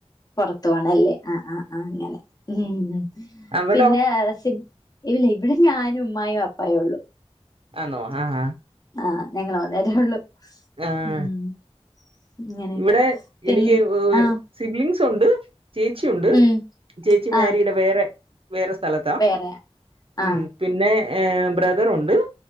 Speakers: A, on the left; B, on the right.
A: പുറത്തുവാണല്ലേ ആഹ് ആഹ് ആഹ് അങ്ങനെ ഉം
B: അവിടോ
A: പിന്നെ സി ഇല്ല ഇവിടെ ഞാനും ഉമ്മായും വാപ്പായേ ഉള്ളു
B: ആന്നോ ആഹ് ആഹ്
A: ആഹ് ഞങ്ങള് മൂന്നേരേ ഉള്ളു
B: ആഹ്
A: ഉം ഇങ്ങനെയൊക്കെ
B: ഇവിടെ
A: പിൻ
B: എനിക്ക്
A: ആഹ്
B: സിബ്ലിംങ്സ് ഉണ്ട് ചേച്ചിണ്ട്
A: ഉം
B: ചേച്ചി മാരിടാ
A: ആഹ്
B: വേറെ വേറെ സ്ഥലത്താ
A: വേറെ
B: ഉം
A: ആഹ്
B: പിന്നെ ബ്രദറുണ്ട്